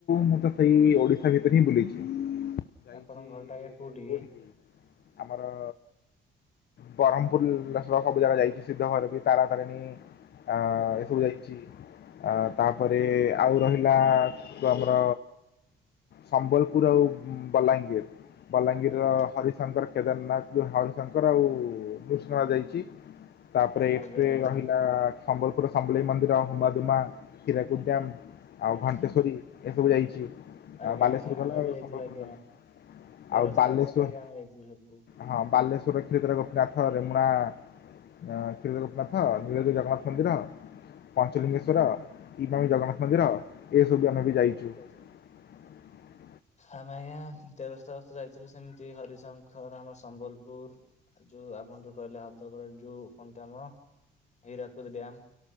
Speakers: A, on the left; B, on the left.
A: ମୁଁ ତ ସେଇ ଓଡିଶା ଭିତରେ ହିଁ ବୁଲିଚି। ଯାଇଛି
B: ଆପଣଙ୍କ ଘରଟା ଆଜ୍ଞା କୋଉଠି
A: କୋଉଠିକି
B: କି?
A: ଆମର ବ୍ରରମ୍ପପୁଲ୍ ସବୁ ଜାଗା ଯାଇଚି ସିଦ୍ଧ ଭୈରବୀ ତାରା ତାରେଣୀ ଅ
B: ଆଜ୍ଞା
A: ଏସବୁ
B: ଆଜ୍ଞା
A: ଯାଇଚି ଅ ତାପରେ ଆଉ ରହି ଲା <unintelligible> ଆମର ସମ୍ବଲପୁର ଆଉ ବଲାଙ୍ଗୀର- ବଲାଙ୍ଗୀରର
B: ଆଜ୍ଞା।
A: ହରିଶଙ୍କର କେଦାରନାଥ ଯୋଉ ହରିଶଙ୍କର ଆଉ ନୃସିଂହରା ଯାଇଚି। ତାପରେ ଏଇଟ୍
B: ଆଜ୍ଞା
A: ରେ
B: ଆଜ୍ଞା
A: ରହିଲା ସମ୍ବଲପୁର ସମ୍ବଲେଇ ମନ୍ଦିର ହୁମାଦୁମା ହୀରାକୁଦ ଡ଼୍ୟାମ - ଆଉ
B: ଆଜ୍ଞା
A: ଘଣ୍ଟେଶ୍ଵରୀ ଏସବୁ ଯାଇଚି। ଆ
B: ଆଜ୍ଞା
A: ବାଲେଶ୍ଵର
B: ଆମ ଆମେ
A: ଗଲା ଆଉ
B: ବି ଯାଇଥିଲୁ
A: ସମ୍ବଲପୁର
B: ଆଜ୍ଞା
A: ଗଲା
B: ତେରସ୍ତା
A: ଆଉ ବାଲେଶ୍ଵର
B: ବସ୍ତା ଆଜ୍ଞା ଆମେ ଯାଇଥିଲୁ ସେଠୁ
A: ହଁ ବାଲେଶ୍ୱରରେ କ୍ଷୀରଚୋରା ଗୋପୀନାଥ ରେମୁଣା ହଁ କ୍ଷୀରଚରା ଗୋପୀନାଥ, ନୀଳଗିରି ଜଗନ୍ନାଥ ମନ୍ଦିର, ପାଞ୍ଚଲିିଙ୍ଗେଶ୍ଵର କି ବାହୁ ଜଗନ୍ନାଥ ମନ୍ଦିର। ବି ଆମେ
B: ଏସବୁ
A: ବି ଯାଇଛୁ।
B: <unintelligible> ଯାଇଚି।
A: <inaudible>
B: ଆମେ ଆଜ୍ଞା ତେରସ୍ତା ବର୍ଷ ଯାଇଥିଲୁ ସେମିତି ହରିଶଙ୍କର ଆମର ସମ୍ବଲପୁର। ଯୋଉ ଆପଣ ଯୋଉ କହିଲେ ହଦଗଡ ଯୋଉ କଣ ତ ଆମର ହୀରାକୁଦ ଡ୍ୟାମ।